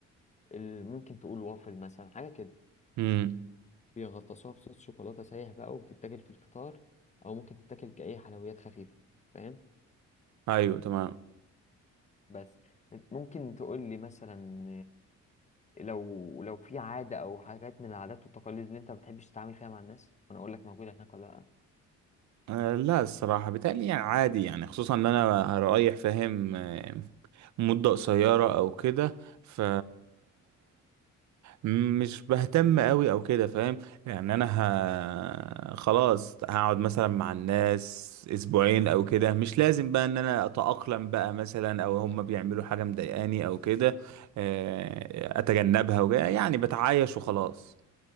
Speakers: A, on the left; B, on the right.
A: ال... ممكن تقول وافل مثلا حاجة كده
B: امم
A: بيغطسوها بصوص شوكولاتة سايح بقى وبتتاكل في الفطار أو ممكن تتاكل كأي حلويات خفيفة فاهم
B: ايوه تمام
A: بس ممكن تقول لي مثلا لو لو في عادة أو حاجات من العادات والتقاليد اللي أنت ما بتحبش تتعامل فيها مع الناس وأنا أقول لك موجودة هناك ولا لأ
B: آه لا الصراحه بتالي يعني عادي يعني خصوصا ان انا هرايح فاهم آه، مده قصيره او كده ف مش بهتم قوي او كده فاهم يعني انا ه... خلاص هقعد مثلا مع الناس اسبوعين او كده مش لازم بقى ان انا اتأقلم بقى مثلا او هم بيعملوا حاجة مضايقاني او كده آه، اتجنبها وجا يعني بتعايش وخلاص